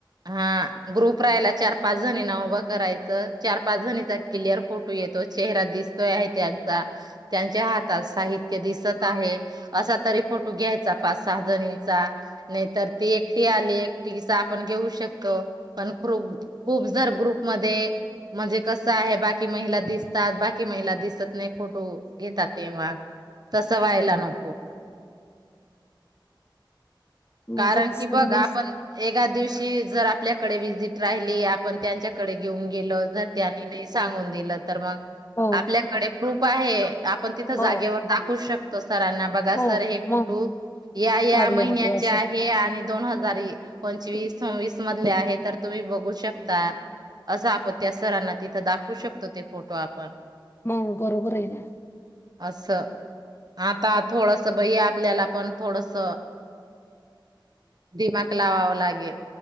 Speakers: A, on the right; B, on the left.
A: हा ग्रुप कपरायला चार पाच जणीना उभं करायचं चार पाच जणीचा क्लियर फोटो येतो चेहरा दिसतोय आहे त्यांचा त्यांच्या हातात साहित्य दिसत आहे असा तरी फोटो घ्यायचा पाच सहा जणीचा नाहीतर ते एकटी आले एकटीचा आपण घेऊ शकतो पण खूप खूप जर ग्रुपमध्येध्ये म्हणजे कसं आहे बाकी महिला दिसतात बाकी महिला दिसत.. नाही फोटो घेतात तेवग तस व्हायला.. <unintelligible> कारण
B: माझे तर सगळेच
A: कि बघा आपण एका दिवशी जर आपल्याकडे वजिट राहिली आपण त्यांच्याकडे घेऊन गेलो जर.. त्यांनी नाही सांगून दिलं तर मग
B: हो
A: आपल्याकडे प्र आहे. आपण तिथं जागेवर
B: हो
A: दाखवू शकतो सरांना बघा
B: हो
A: सर हे फोटो
B: मग
A: या या
B: काढले
A: महिन्या..
B: होते असे
A: आहे आणि दोन हजार पंचवीस.. सव्वीस मधले आहे तर तुम्ही बघू शकता असं आपण त्या सरांना तिथं दाखवू शकतो ते फोटो आपण.
B: म बरोबर आहे ना.
A: अससं आता आ थोडस बई आपल्याला पण थोडस.. दिमाग लावावर लागेल